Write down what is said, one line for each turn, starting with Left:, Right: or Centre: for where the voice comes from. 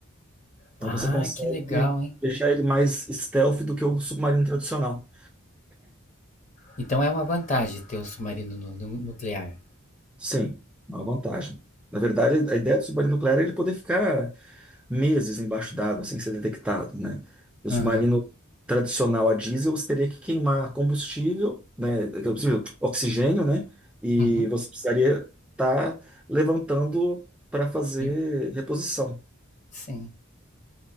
Centre: Então
Left: Ah,
Centre: você consegue
Left: que legal, hein?
Centre: deixar ele mais stealth do que o submarino tradicional.
Left: Então é uma vantagem ter um submarino nu- nu- nuclear.
Centre: Sim, é uma vantagem. Na verdade, a ideia do submarino nuclear é ele poder ficar meses embaixo d'água sem ser detectado, né? O
Left: Aham.
Centre: submarino tradicional a diesel, você teria que queimar combustível, né? aquele combustível, Oxigênio, né? E
Left: Uhum.
Centre: você precisaria estar levantando para fazer
Left: E-
Centre: reposição.
Left: Sim.